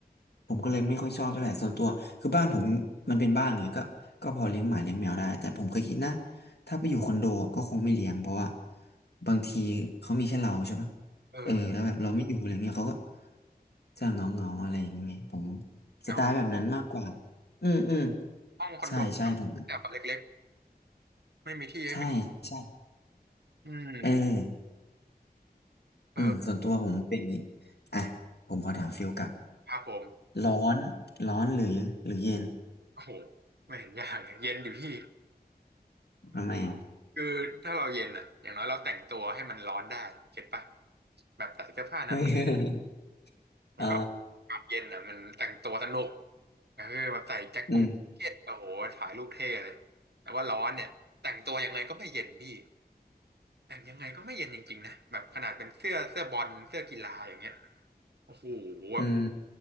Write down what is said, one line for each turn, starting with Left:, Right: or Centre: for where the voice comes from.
Left: ผมก็เลยไม่ค่อยชอบเท่าไหร่ส่วนตัวคือบ้านผมมันเป็นบ้านไงก็ก็พอเลี้ยงหมาเลี้ยงแมวได้แต่ผมเคยคิดนะถ้าไปอยู่คอนโดก็คงไม่เลี้ยงเพราะว่าบางทีเขามีแค่เราใช่ปะ
Right: เออ
Left: เออแล้วแบบเราไม่อยู่อะไรเงี้ยเขาก็จะเหงาเงาอะไรอย่างเงี้ยผม
Right: เหงา
Left: สไตล์แบบนั้นมากกว่าอืมอืม
Right: ห้องคอนโดแบบแต่เล็ก
Left: ใช่ใช่ผม
Right: ๆไม่มีที่ให้วิ่ง
Left: ใช่ใช่
Right: อืม
Left: เออ
Right: เออ
Left: อืมส่วนตัวผมเป็นอย่างนี้อ่ะผมขอถามฟิลกลับ
Right: ครับผม
Left: ร้อนร้อนหรือหรือเย็น
Right: โอ้โหไม่เห็นยากเลยเย็นด่พี่
Left: ทำไมอ่ะ
Right: คือถ้าเราเย็นอ่ะอย่างน้อยเราแต่งตัวให้มันร้อนได้เก็ตปะแบบใส่เสื้อผ้านั้น
Left: เฮ้ย <laughs>
Right: ๆแล้วก็อากาศเย็นอ่ะมันแต่งตัวสนุก
Left: เออ
Right: เออแบบใส่แจ็คกงแจ็คเก็ตโอ้โหถ่ายรูปเท่เลยแต่ว่าร้อนเนี่ยแต่งตัวยังไงก็ไม่เย็นพี่
Left: อืม
Right: แต่งยังไงก็ไม่เย็นจริงๆนะแบบขนาดเป็นเสื้อเสื้อบอลเสื้อกีฬาอย่างเงี้ยโอ้โหแบบ
Left: อืม